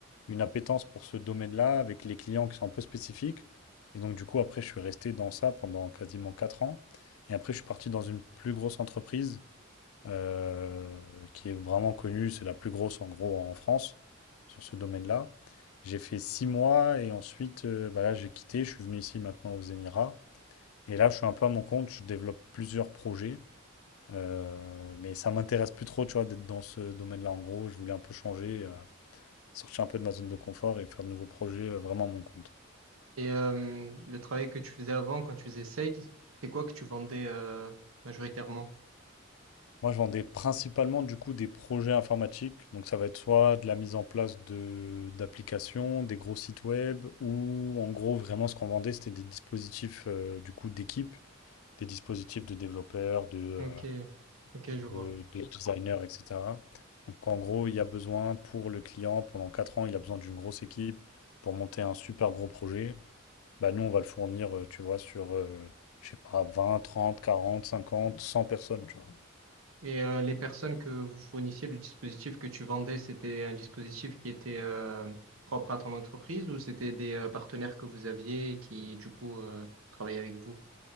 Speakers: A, on the left; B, on the right.
A: une appétence pour ce domaine-là avec les clients qui sont un peu spécifiques. Et donc du coup après je suis resté dans ça pendant quasiment 4 ans. Et après je suis parti dans une plus grosse entreprise euh, qui est vraiment connue. C'est la plus grosse en gros en France sur ce domaine-là. J'ai fait six mois et ensuite, euh, bah là, j'ai quitté. Je suis venu ici maintenant aux Émirats. Et là, je suis un peu à mon compte. Je développe plusieurs projets. euh, mais ça m'intéresse plus trop, tu vois, d'être dans ce domaine-là. En gros, je voulais un peu changer, euh, sortir un peu de ma zone de confort et faire de nouveaux projets euh, vraiment à mon compte.
B: Et euh, le travail que tu faisais avant, quand tu faisais sales, c'est quoi que tu vendais euh, majoritairement?
A: Moi, je vendais principalement du coup des projets informatiques. Donc, ça va être soit de la mise en place de d'applications, des gros sites web, ou en gros, vraiment, ce qu'on vendait, c'était des dispositifs euh, du coup d'équipe, des dispositifs de développeurs, de, euh,
B: OK. OK, je vois.
A: de, de designers, etc. Donc, en gros, il y a besoin pour le client, pendant 4 ans, il a besoin d'une grosse équipe pour monter un super gros projet. Bah, nous, on va le fournir, euh, tu vois, sur, euh, je sais pas, 20, 30, 40, 50, 100 personnes, tu vois.
B: Et euh, les personnes que vous fournissiez, le dispositif que tu vendais, c'était un dispositif qui était euh, propre à ton entreprise ou c'était des euh, partenaires que vous aviez et qui, du coup, euh, travaillaient avec vous?